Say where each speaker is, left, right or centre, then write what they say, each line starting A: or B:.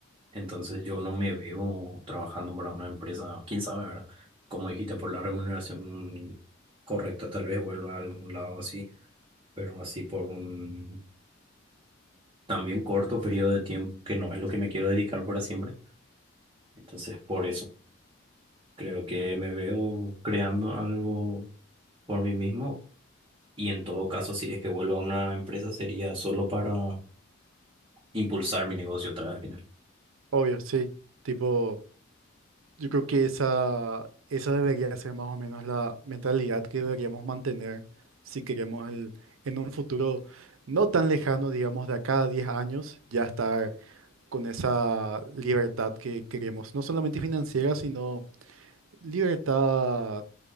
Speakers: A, on the right; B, on the right.
A: Entonces yo no me veo trabajando para una empresa, quién sabe, ¿verdad? Como dijiste, por la remuneración correcta, tal vez vuelva a algún lado así, pero así por un también corto periodo de tiempo, que no es lo que me quiero dedicar para siempre. Entonces, por eso, creo que me veo creando algo por mí mismo Y en todo caso, si es que vuelvo a una empresa, sería solo para impulsar mi negocio otra vez al final.
B: Obvio, sí. Tipo, yo creo que esa, esa debería ser más o menos la mentalidad que deberíamos mantener si queremos el, en un futuro no tan lejano, digamos, de acá a 10 años, ya estar con esa libertad que queremos, no solamente financiera, sino libertad